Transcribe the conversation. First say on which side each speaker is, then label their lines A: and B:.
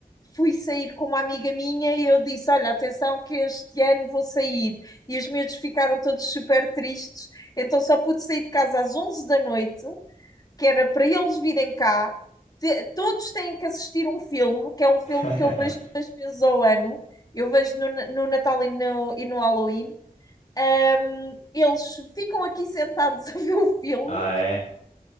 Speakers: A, on the left (about 25°); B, on the left (about 55°).
A: fui sair com uma amiga minha e eu disse, olha, atenção que este ano vou sair. E os miúdos ficaram todos super tristes, então só pude sair de casa às onze da noite, que era para eles virem cá. Te- todos têm que assistir um filme, que é um filme
B: <laughs>
A: que eu vejo duas vezes ao ano. Eu vejo no, no Natal e no, e no Halloween. Um, eles ficam aqui sentados <laughs> a ver o filme
B: Ah, é.